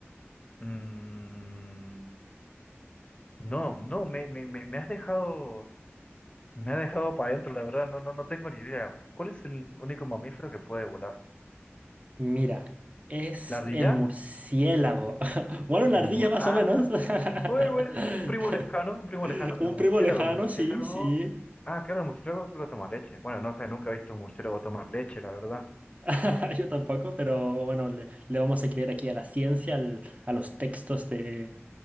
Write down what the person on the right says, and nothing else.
Mira, es
el murciélago. <laughs> Bueno, la
ardilla
más
o menos. <laughs> <laughs>
Un
primo lejano,
sí, sí.
<laughs> Yo tampoco, pero bueno, le, le vamos a creer aquí a la ciencia, al- a los textos de,